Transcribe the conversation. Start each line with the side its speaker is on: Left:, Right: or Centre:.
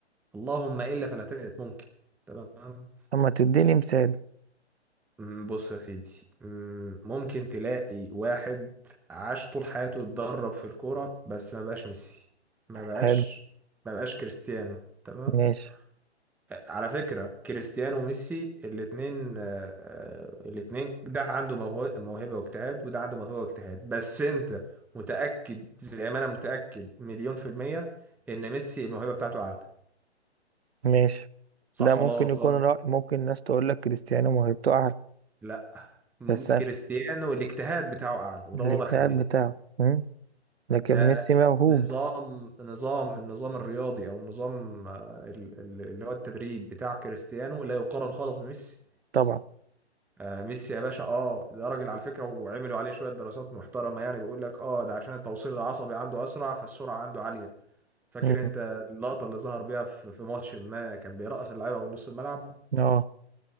Centre: اللهم الا فلا تجد ممكن تمام
Right: اما تديني مثال
Centre: مم، بص يا سيدي مم، ممكن تلاقي واحد عاش طول حياته يتدرب في الكورة بس ما بقاش ميسي ما بقاش
Right: حلو
Centre: ما بقاش كريستيانو تمام
Right: ماشي
Centre: آه، على فكرة كريستيانو وميسي الاتنين آه، آه، الاتنين ده عنده موهو- موهبة واجتهاد وده عنده موهبة واجتهاد بس انت متأكد زي ما انا متأكد مليون في المية ان ميسي الموهبة بتاعته اعلى
Right: ماشي
Centre: صح
Right: ده ممكن
Centre: ولا أنا غلطان؟
Right: يكون رأي ممكن الناس تقول لك كريستيانو موهبته أعلى
Centre: لا م-
Right: بس
Centre: كريستيانو
Right: أنا-
Centre: الاجتهاد بتاعه اعلى وده
Right: الاجتهاد
Centre: واضح عليه
Right: بتاعه مم. لكن
Centre: ده
Right: ميسي موهوب
Centre: نظام نظام النظام الرياضي او النظام آه، ال- ال- اللي هو التدريب بتاع كريستيانو لا يقارن خالص بميسي
Right: طبعا
Centre: آه ميسي يا باشا اه ده راجل على فكرة وعملوا عليه شوية دراسات محترمة يعني بيقول لك اه ده عشان التوصيل العصبي عنده أسرع فالسرعة عنده عالية فاكر
Right: مم.
Centre: انت اللقطة اللي ظهر بيها في في ماتش ما كان بيرقص اللعيبة من نص الملعب
Right: اه